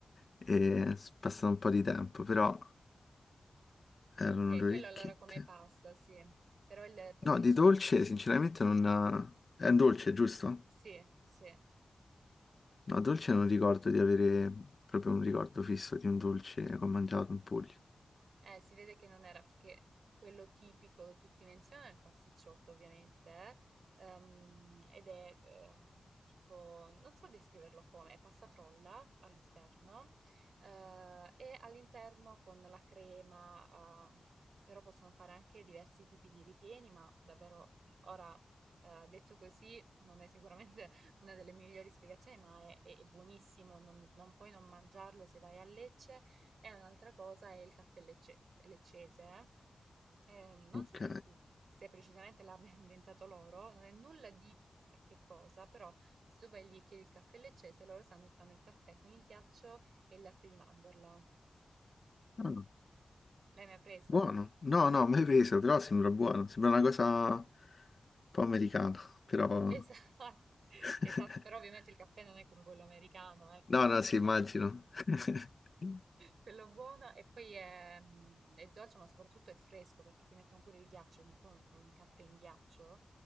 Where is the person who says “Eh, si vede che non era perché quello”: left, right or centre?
Right